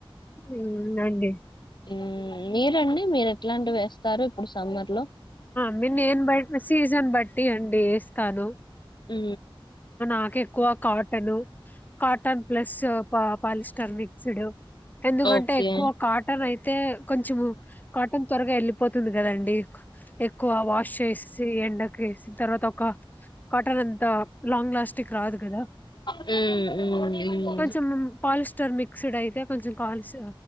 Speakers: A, on the left (about 20°); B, on the left (about 55°).
A: హ్మ్. అండి.
B: ఉ మీరండి మీరు ఎట్లాంటివి వేస్తారు ఇప్పుడు సమ్మర్ లో
A: మీ నేను బట్ సీజన్ బట్టి అండి వేస్తాను
B: ఉ
A: నాకు ఎక్కువ cotton cotton plus polyester mixed ఎందుకంటే
B: ఓకే
A: ఎక్కువ కాటన్ అయితే కొంచం కాటన్ త్వరగా వెళ్ళిపోతుంది కదండి ఎక్కువ వాష్ చేసి ఎండకు వేసిన తర్వాత ఒక కాటన్ అంతా లాంగ్ లాస్టింగ్ రాదు కదా
B: మ్మ్ మ్మ్ మ్మ్
A: కొంచెం పాలిస్టర్ మిక్స్డ్ అయితే కొంచెం కాలస్